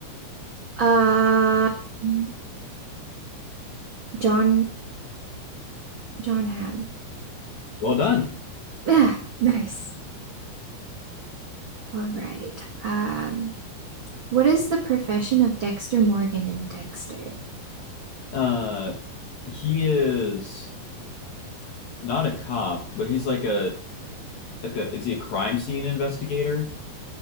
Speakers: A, on the right (about 65°); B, on the left (about 55°).
A: Um, John John Hamm.
B: Well done.
A: Yeah, nice. All right. Um, what is the profession of Dexter Morgan in Dexter?
B: Uh, he is not a cop, but he's like a like a is he a crime scene investigator?